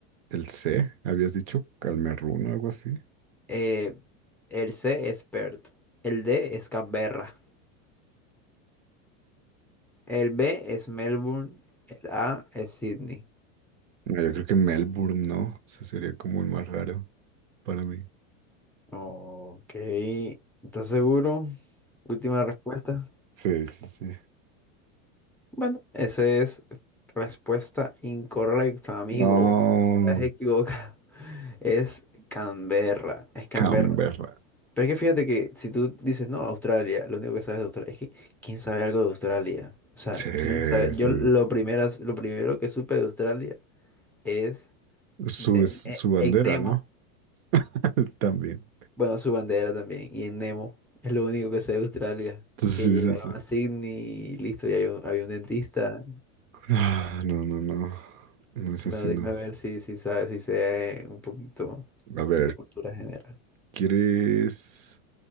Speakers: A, on the right; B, in the centre.
A: El C, habías dicho Calmerun, algo así.
B: Eh, el C es Perth, el D es Canberra, el B es Melbourne, el A es Sydney.
A: No, yo creo que Melbourne, ¿no? Ese sería como el más raro para mí.
B: Ok, ¿estás seguro? Última respuesta.
A: Sí, sí, sí.
B: Bueno, esa es respuesta incorrecta, amigo.
A: No,
B: Estás equivocado. <laughs> Es Canberra, es Canberra.
A: Canberra.
B: Pero es que fíjate que si tú dices, no, Australia, lo único que sabes de Australia, es que ¿quién sabe algo de Australia? O sea,
A: Sí,
B: ¿quién sabe?
A: sí.
B: Yo lo primeras, lo primero que supe de Australia es
A: sí. Su,
B: de,
A: es su
B: e-
A: bandera,
B: en Nemo,
A: ¿no? <laughs> También.
B: bueno, su bandera también, y en Nemo es lo único que sé de Australia,
A: Entonces,
B: que llegaron
A: sí, sí, sí.
B: a Sydney y listo, y había un, había un dentista.
A: Ah, no, no, no. No es
B: Bueno,
A: así, no.
B: dime a ver si, si sabes, si sé eh, un poquito
A: A ver,
B: de cultura general.
A: ¿quieres?